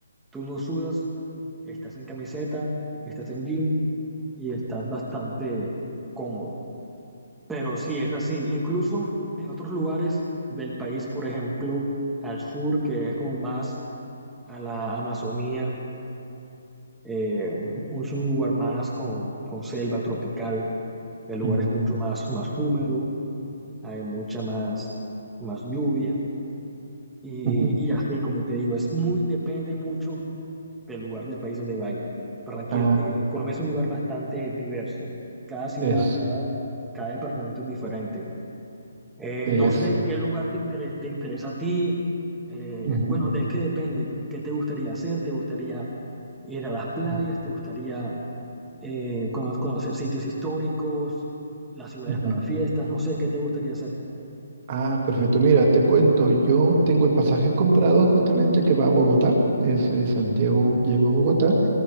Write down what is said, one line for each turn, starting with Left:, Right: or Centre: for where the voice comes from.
Centre: tú no sudas, estás en camiseta, estás en jean y estás bastante cómodo. Pero sí, es así. Incluso en otros lugares del país, por ejemplo, al sur, que es como más a la Amazonía, eh, un- es un lugar más con, con selva tropical, el lugar
Right: Mm.
Centre: es mucho más, más húmedo, hay mucha más, más lluvia y,
Right: <laughs>
Centre: y así, como te digo, es muy, depende mucho del lugar del país donde vaya. Barranquilla,
Right: Ah,
Centre: eh, Colombia es un lugar bastante diverso. Cada ciudad,
Right: es,
Centre: cada, cada departamento es diferente. Eh,
Right: es.
Centre: no sé qué lugar te interesa, te interesa a ti. Eh,
Right: Ujú,
Centre: bueno, de, es que depende. ¿Qué te gustaría hacer? ¿Te gustaría ir a las playas?
Right: ujú,
Centre: ¿Te gustaría eh, cono- conocer sitios históricos? Las ciudades
Right: ujú.
Centre: para fiestas? No sé, ¿qué te gustaría hacer?
Right: Ah, perfecto. Mira, te cuento, yo tengo el pasaje comprado justamente que va a Bogotá, desde Santiago llego a Bogotá,